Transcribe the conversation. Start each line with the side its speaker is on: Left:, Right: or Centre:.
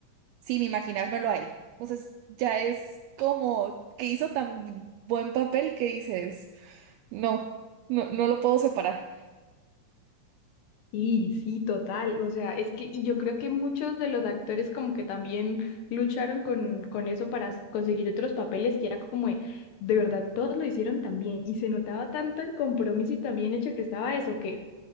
Right: sin imaginármelo a él. Entonces ya es como que hizo tan buen papel que dices, no, no, no lo puedo separar.
Left: sí, sí, total, o sea, es que, y yo creo que muchos de los actores como que también lucharon con, con eso para s- conseguir otros papeles, que era como, de, de verdad, todos lo hicieron también, y se notaba tanto el compromiso y también hecho que estaba eso, que